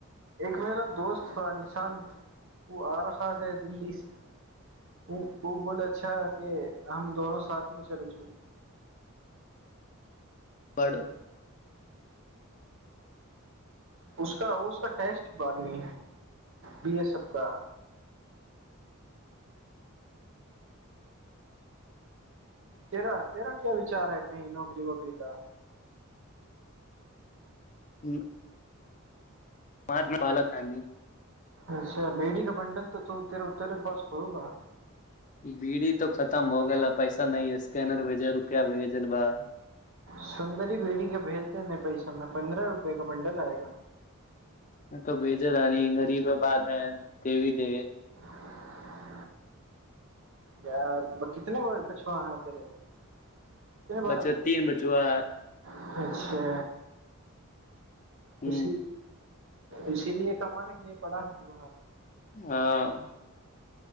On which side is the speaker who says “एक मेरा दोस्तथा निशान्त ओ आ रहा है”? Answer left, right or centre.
Right